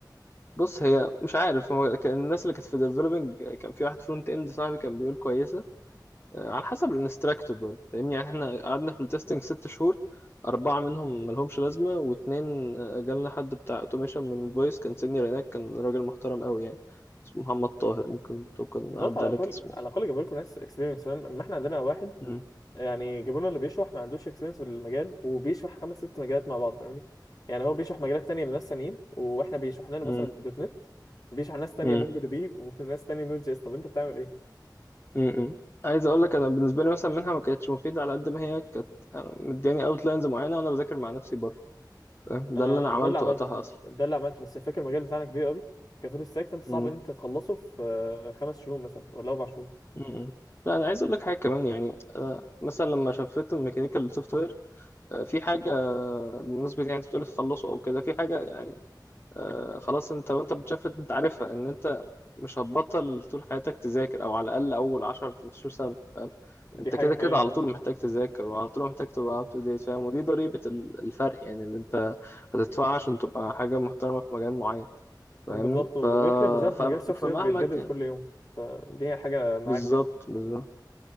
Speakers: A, on the left (about 30°); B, on the left (about 55°).
A: بص هي مش عارف هو كان الناس اللي كانت في ديفلوبينج كان في واحد فرونت اند صاحبي كان بيقول كويسه آه، على حسب الانستراكتور برضه فاهمني يعني احنا قعدنا في التستنج ست شهور أربعة منهم ملهمش لازمة واتنين آه، جالنا حد بتاع اوتوميشن من الفويس كان سينيور هناك كان راجل محترم قوي يعني اسمه محمد طاهر ممكن تكون
B: بالظبط
A: عدى
B: على
A: عليك
B: الاقل
A: اسمه
B: على
A: يعني
B: الاقل جابوا لكم ناس اكسبيرينس فاهم اما احنا عندنا واحد
A: مم.
B: يعني جبرونا اللي بيشرح ما عندوش اكسبيرينس في المجال وبيشرح خمس ست مجالات مع بعض فاهمني يعني هو بيشرح مجالات تانية لناس تانيين واحنا بيشرح لنا مثلا
A: مم.
B: دوت نت وبيشرح ناس تانية
A: مم.
B: مونجو دي بي وناس تانية نوت جي اس طب انت بتعمل ايه
A: م-م. عايز اقول لك انا بالنسبه لي مثلا منها ما كانتش مفيده على قد ما هي كانت أنا مدياني اوتلاينز معينه وانا بذاكر مع نفسي بره فاهم؟ ده
B: انا
A: اللي انا عملته
B: ده اللي عملته
A: وقتها اصلا
B: ده اللي عملته بس الفكره المجال بتاعنا كبير قوي كفول ستاك فانت صعب
A: م-م.
B: ان انت تخلصه في آه، خمس شهور مثلا ولا اربع شهور
A: م-م. لا انا عايز اقول لك حاجه كمان يعني أنا مثلا لما شفت الميكانيكال سوفت وير في حاجه بالنسبه يعني انت بتقول تخلصه او كده في حاجه يعني آه، خلاص انت وانت بتشفت انت عارفها ان انت مش هتبطل طول حياتك تذاكر او على الاقل اول 10 15 سنه فاهم
B: دي
A: انت
B: حاجه
A: كده
B: حقيقيه
A: كده على
B: فعلا.
A: طول محتاج تذاكر وعلى طول محتاج تبقى اب تو ديت فاهم ودي ضريبه ال- الفرق يعني اللي انت هتدفعها عشان تبقى حاجه محترمه في مجال معين فاهمني
B: بالظبط وغير
A: ف...
B: كده بالذات
A: ف...
B: مجال السوفت
A: فمهما
B: وير بيتجدد
A: كان
B: كل يوم فدي حاجه معاك
A: بالظبط
B: يعني
A: بالظبط